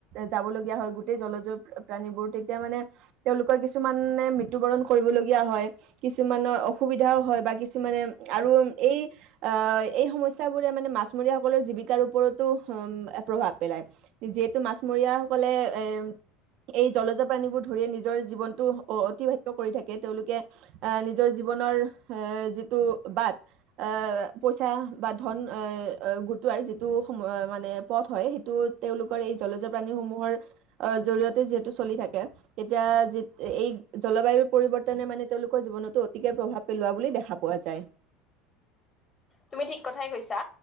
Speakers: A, on the right; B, on the left.
A: যাবলগীয়া হয় গোটেই জলজৰ প্ৰাণীবোৰ তেতিয়া মানে তেওঁলোকৰ কিছুমানে মৃত্যবৰণ কৰিবলগীয়া হয় কিছুমানৰ অসুবিধাও হয় বা কিছুমানে আৰু এই অহ এই সমস্যাবোৰে মানে মাছমৰীয়াসকলৰ জীৱিকাৰ ওপৰতো প্ৰভাৱ পেলায়। যিহেতু মাছমৰীয়াসকলে এ এই জলজপ্ৰাণীবোৰ ধৰিয়ে নিজৰ জীৱনটো অতিবাহিত কৰি থাকে। তেওঁলোকে আহ নিজৰ জীৱনৰ যিটো বাট আহ পইচা বা ধন আহ গোটোৱাৰ যিটো সম মানে পথ হয় সেইটো তেওঁলোকৰ এই জলজ প্ৰাণীসমূহৰ জৰিয়তে যিহেতু চলি থাকে তেতিয়া এই জলবায়ুৰ পৰিৱৰ্তনে মানে তেওঁলোকৰ জীৱনতো অতিকে প্ৰভাৱ পেলোৱা বুলি দেখা পোৱা যায়।
B: তুমি ঠিক কথাই কৈছা।